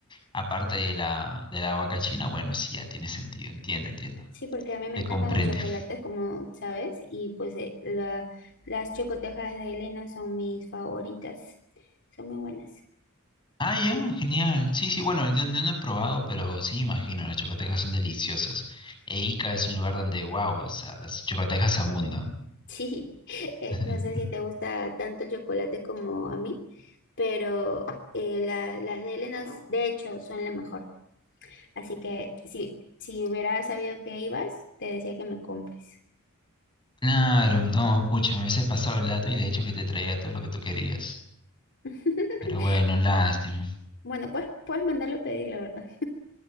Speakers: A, on the left; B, on the left.
A: aparte de la, de la vaca china, bueno, sí, ya tiene sentido, entiendo, entiendo.
B: Sí, porque a mí me
A: Se
B: encantan
A: comprende.
B: los chocolates,
A: <laughs>
B: como sabes, y pues eh, la- las chocotejas de Elena son mis favoritas, son muy buenas.
A: Ah, ya, genial. Sí, sí, bueno, yo, yo no he probado, pero sí, imagino, las chocotecas son deliciosas. E Ica es un lugar donde, wow, o sea, las chocotecas abundan.
B: Sí, <laughs> eh,
A: <laughs>
B: no sé si te gusta tanto el chocolate como a mí, pero eh, la- las de Elena, de hecho, son la mejor. Así que si, si hubiera sabido que ibas, te decía que me compres.
A: Claro, no, pucha, me hubiese pasado el dato y de hecho que te traía todo lo que tú querías.
B: <laughs>
A: Pero bueno, lástima.
B: Bueno, pues puedes mandarlo a pedir, la verdad.